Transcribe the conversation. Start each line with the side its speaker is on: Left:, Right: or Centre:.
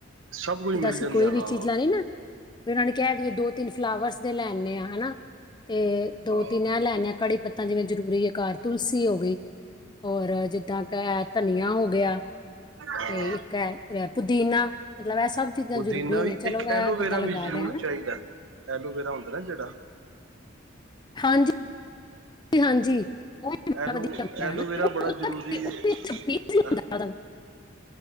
Right: ਸਭ ਕੁਝ
Left: ਜਿੱਦਾਂ
Right: ਮਿਲ
Left: ਅਸੀਂ
Right: ਜਾਂਦਾ
Left: ਕੋਈ
Right: ਹਾਂ
Left: ਵੀ ਚੀਜ਼ ਲੈਣੀ ਨਾ, ਵੀ ਉਨਾਂ ਨੂੰ ਕੇਹ ਦੀਏ ਦੋ ਤਿੰਨ ਫਲਾਵਰਸ ਦੇ ਲੈੇ ਆਨੇ ਆਂ ਹਨਾ, ਤੇ ਦੋ
Right: ਹਾਂ
Left: ਤਿੰਨ ਏਹ ਲੈੇ ਆਨੇ ਆਂ ਕੜੀ ਪੱਤਾ ਜਿਵੇਂ ਜ਼ਰੂਰੀ ਏ ਕਾਰ, ਤੁਲਸੀ ਹੋ ਗਈ। ਹੋਰ ਜਿੱਦਾਂ ਕ ਏਹ ਤਨੀਆ ਹੋ ਗਿਆ।
Right: ਹਾਂ
Left: ਤੇ ਇੱਕ ਐ ਰੇ ਪੁਦੀਨਾ, ਮਤਲਬ ਏਹ ਸਭ ਚੀਜ਼ਾਂ
Right: ਪੁਦੀਨਾ
Left: ਜ਼ਰੂਰੀ
Right: ਵੀ,
Left: ਨੇ ਚਲੋ
Right: ਇੱਕ
Left: ਇਹ
Right: ਐਲੋਵੇਰਾ
Left: ਬੰਦਾ ਲਗਾ
Right: ਵੀ ਜਰੂਰ
Left: ਲਿਆ ਹਨਾ
Right: ਚਾਹੀਦਾ ਏ, ਐਲੋਵੇਰਾ ਹੁੰਦਾ ਨਾ ਜੇੜਾ
Left: ਹਾਂਜੀ। ਹਾਂਜੀ। ਉਹ ਵੀ ਬੜਾ
Right: ਐਲੋ,
Left: ਵਧੀਆ ਹੁੰਦਾ
Right: ਐਲੋਵੀਰਾ
Left: ਹੈ ਨਾ
Right: ਬੜਾ
Left: ਉਹਦਾ
Right: ਜਰੂਰੀ
Left: ਕੀ- ਉਹ
Right: ਏ
Left: ਵੀ ਸਪੀਸ ਹੀ ਹੁੰਦਾ
Right: ਅਹ
Left: ਉਹਦਾ